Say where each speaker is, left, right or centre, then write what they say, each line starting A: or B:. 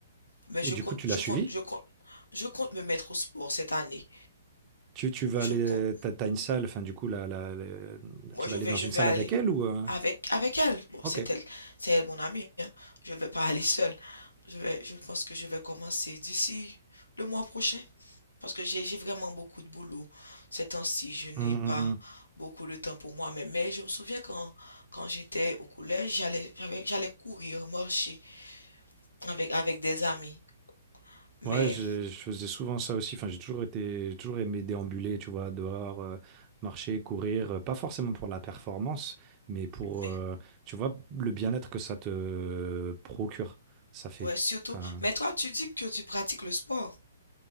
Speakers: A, on the left; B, on the right.
A: Mais je
B: Et du
A: compte,
B: coup, tu
A: je
B: l'as suivi?
A: compte, je compte, je compte me mettre au sport cette année.
B: Tu, tu vas
A: Je
B: aller,
A: compte,
B: t'as, t'as une salle, enfin du coup, la, la- la-
A: moi
B: tu
A: je
B: vas aller
A: vais,
B: dans
A: je
B: une
A: vais
B: salle
A: aller
B: avec elle ou... euh,
A: avec, avec elle. Bon,
B: Ok.
A: c'est elle, c'est elle mon amie, hein? Je vais pas aller seule. Je vais, je pense que je vais commencer d'ici le mois prochain. Parce que j'ai j'ai vraiment beaucoup de boulot. Ces temps-ci, je n'ai
B: Mm, mm,
A: pas beaucoup de temps pour moi. Mais, mais je me souviens quand, quand j'étais au collège, j'allais, j'avais- j'allais courir, marcher avec, avec des amis. Mais,
B: Ouais, je, je faisais souvent ça aussi. Enfin, j'ai toujours été, j'ai toujours aimé déambuler, tu vois, dehors, euh, marcher, courir. euh, Pas forcément pour la performance, mais pour,
A: mais,
B: euh, tu vois, le bien-être que ça te procure. Ça fait,
A: ouais, surtout.
B: enfin,
A: Mais toi, tu dis que tu pratiques le sport.